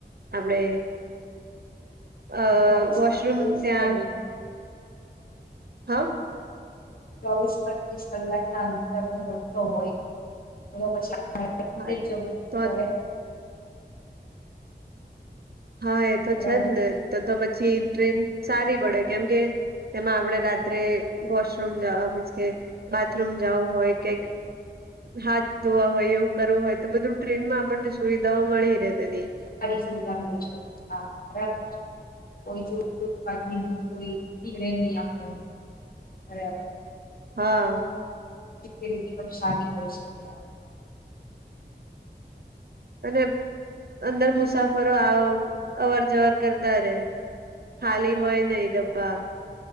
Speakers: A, on the right; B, on the left.
A: આપડે અ
B: ચોવીસ
A: વોશરૂમ
B: પચીસ
A: ત્યાં
B: કલાક
A: હ.
B: ચોવીસ પચીસ કલાકના અંતર નો રસ્તો હોય તો પછી <unintelligible>
A: હા
B: થવું
A: તો
B: પડે
A: હા એ તો
B: બરાબર
A: છે, જ ને તો તો પછી ટ્રેન સારી પડે કેમ કે તેમાં આપણે રાત્રે વોશરૂમવા મીન્સ કે બાથરૂમ જવું હોય કે હાથ ધોવા હોય એવું કરવું હોય તો બધું ટ્રેનમાં આપણને સુવિધાઓ મળી રહેે તેને
B: સારી સુવિધા મળી શકે હા બરાબર છે. કોઈ જો <unintelligible> બરાબર.
A: હા.
B: સિક્યોરિટી પણ સારી હોય છે, ત્યા
A: ને અંદર મુસાફરો આવ, અવર-જવર કરતા રહેે. ખાલી હોય નહીં ડબા.